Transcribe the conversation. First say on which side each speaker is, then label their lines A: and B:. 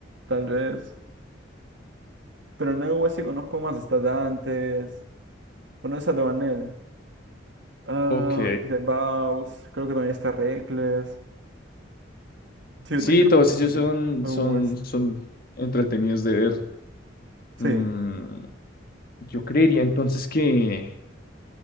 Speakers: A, on the right (about 65°); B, on the left (about 50°).
A: tal vez. Pero en NOS sí conozco más. Está Dantes. ¿Conoces a Dovanel? Ah,
B: Ok.
A: The Baus. Creo que también está Reckless. Sí,
B: Sí,
A: yo tengo
B: todos ellos
A: que
B: son, son,
A: West.
B: son entretenidos de ver.
A: Sí,
B: Mm, yo creería entonces que,